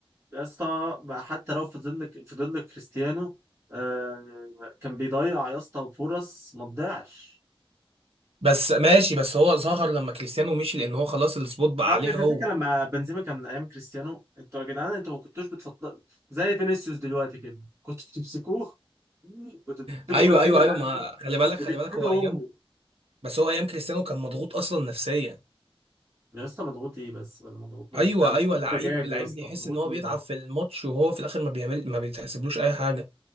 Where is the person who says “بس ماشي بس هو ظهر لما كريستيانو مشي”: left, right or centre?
Right